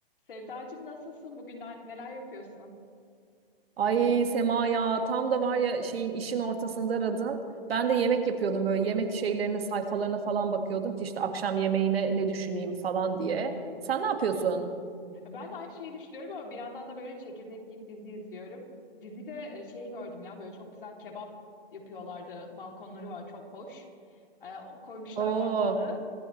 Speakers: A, on the left; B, on the right.
A: Sevdacığım nasılsın? Bugün ne- neler yapıyorsun?
B: Ay Sema ya tam da var ya şeyin işin ortasında aradın. Ben de yemek yapıyordum böyle yemek şeylerine sayfalarına falan bakıyordum ki işte akşam yemeğine ne düşüneyim falan diye. Sen ne yapıyorsun?
A: Ben de aynı şeyi düşünüyorum ama bir yandan da böyle çekirdek yiyip dizi izliyorum. Dizide e, şeyi gördüm ya böyle çok güzel kebap yapıyorlardı. Balkonları var çok hoş. E, Koymuşlar
B: Oo
A: mangalı.